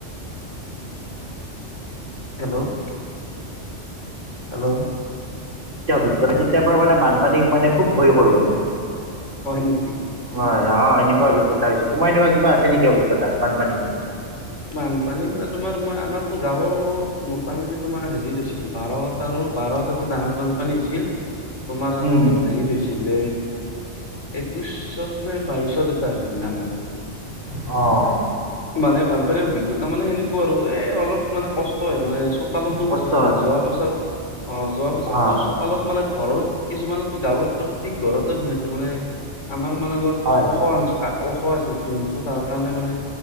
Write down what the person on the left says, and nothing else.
হেল্ল' হেল্ল'
হয় নেকি
বানপানী মানে তোমাৰ মই আমাৰতো গাঁৱত মোটামুটি তোমাৰ হেৰিছিল বাৰটা আৰু বাৰৰ এটাটো ডাঙৰ বান্ধপানী হৈছিল তোমাৰ আৰু
হেৰিত হৈছিল একৈশত নে বাইশত এটা আছিল ডাঙৰ
মানে অভিজ্ঞতা মানে সেনেকুৱা আৰু এ অলপ মানে কষ্টে মানে চোতালতো
উঠিছিল
যোৱা বাছৰ অ যোৱা বছৰটো
তোৰ চোপালত মানে ঘৰত কিছুমানো গাঁৱত প্ৰত্যেক ঘৰতে সোমাইছে মানে আমাৰ মানে অলপ
ওখ
ওখ আছিল প্লেইনটো তাৰ কাৰণে মানে